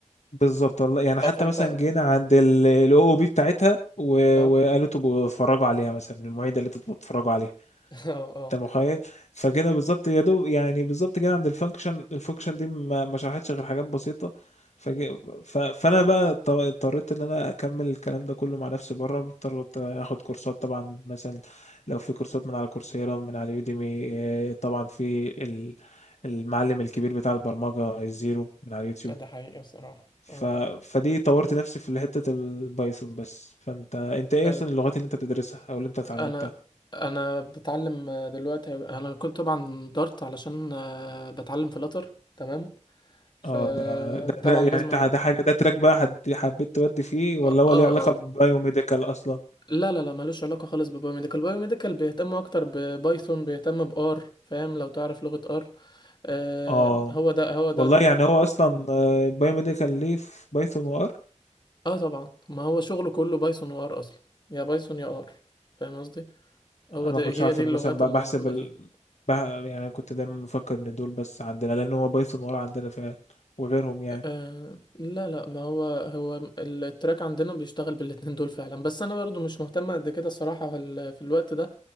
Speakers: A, on the left; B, on the left.
A: بالظبط والله يعني
B: اه
A: حتى
B: فأنت
A: مثلا
B: اه
A: جينا عند الاو او بي بتاعتها و-
B: <laughs>
A: وقالوا تبقوا اتفرجوا عليها مثلا المعيده اللي تبقوا اتفرجوا عليها
B: اه اه
A: انت متخيل فجينا بالظبط يا دوب يعني بالظبط جينا عند الفانكشن الفانكشن دي ما ما شرحتش غير حاجات بسيطه فجي ف... فانا بقى اضط- اضطريت ان انا اكمل الكلام ده كله مع نفسي بره اضطريت اخد كورسات طبعا مثلا لو في كورسات من على كورسيرا من على يوديمي آه، طبعا في ال- المعلم الكبير بتاع البرمجه الزيرو من على اليوتيوب
B: ده حقيقي بصراحة
A: ف...
B: اه
A: فدي طورت نفسي في حته البايثون بس فانت انت ايه
B: آه،
A: اصلا اللغات اللي انت بتدرسها او اللي انت اتعلمتها
B: أنا أنا بتعلم آه، دلوقتي أنا كنت طبعا دارت علشان آه، بتعلم فلاتر تمام فطبعا
A: اه ده ده ده- يعني
B: لازم
A: انت
B: أنا
A: ده حاجه ده تراك بقى حد- حبيت تودي فيه
B: اه
A: ولا هو
B: اه
A: ليه علاقه
B: آه.
A: ببايوميديكال اصلا
B: لا لا لا ملوش علاقة خالص ببايوميديكال بايوميديكال بيهتم أكتر ببايثون بيهتم بآر فاهم لو تعرف لغة آر آه،
A: اه
B: هو ده هو ده
A: والله يعني هو اصلا آه، بايوميديكال ليه في بايثون وار
B: اه طبعا ما هو شغله كله بايثون وار اصلا يا بايثون يا ار فاهم قصدي هو
A: انا
B: ده
A: ما كنتش
B: هي
A: عارف
B: دي
A: انا
B: اللغات
A: مثلا ب-
B: الموجودة
A: بحسب ال...
B: فيه
A: بح... يعني كنت دايما مفكر ان دول بس عندنا لان هو بايثون وار عندنا فعلا وغيرهم يعني
B: آه لا لا ما هو هو التراك عندنا بيشتغل بالاتنين دول فعلا بس انا برضو مش مهتم قد كده الصراحة في, ال- في الوقت ده